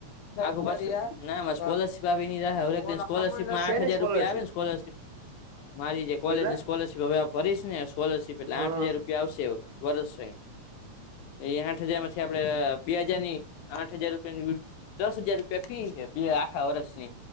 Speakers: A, on the left (about 80°); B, on the right (about 75°).
A: બો ભી રહક દ સ્કોલરશીપમાં
B: શેની
A: આઠ હજાર
B: સ્કોલરશીપ
A: રૂપિયા આવે ને સ્કોલરશીપ મારી જે કોલેજની
B: કેટલા
A: સ્કોલરશીપ હવે ફરીશ ને સ્કોલરશીપ એટલે
B: હા
A: આઠ હજાર રૂપિયા આવશે વર્ષ એ આઠ હજાર માંથી આપડે બે હાજાર ની આઠ હજાર રૂપિયા. દસ હજાર રૂપિયા ફી હ બે આખા વરષની